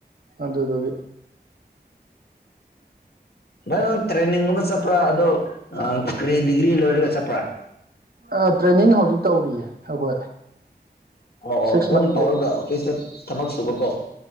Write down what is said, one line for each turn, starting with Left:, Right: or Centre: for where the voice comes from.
Right: ꯑꯗꯨꯗꯨꯒꯤ꯫
Left: ꯐ ꯇ꯭ꯔꯦꯟꯅꯤꯡꯒꯨꯝꯕ ꯆꯠꯄ꯭ꯔꯥ ꯑꯗ ꯀꯔꯤ ꯗꯤꯒ꯭ꯔꯤ ꯂꯣꯏꯔꯒ ꯆꯠꯄ꯭ꯔꯥ
Right: ꯑ ꯇ꯭ꯔꯦꯟꯅꯤꯡ ꯍꯧꯖꯤꯛ ꯇꯧꯔꯤꯌꯦ ꯑꯩꯈꯣꯏ
Left: ꯑꯣ ꯑꯣ
Right: ꯁꯤꯛꯁ
Left: ꯑꯗꯨꯝ
Right: ꯃꯟ
Left: ꯄꯥꯎꯔꯒ ꯑꯣꯐꯤꯁꯇ ꯊꯕꯛ ꯁꯨꯕ ꯀꯣ